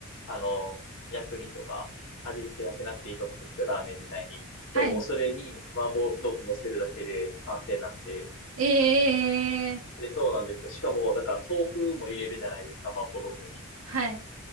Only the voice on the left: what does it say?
あの、薬味とか味付けはしなくていいと思うんですけど、ラーメン自体に。
でももうそれに麻婆豆腐乗せるだけで完成なんで、
で、そうなんですよ。しかも、だから豆腐も入れるじゃないですか、麻婆豆腐に。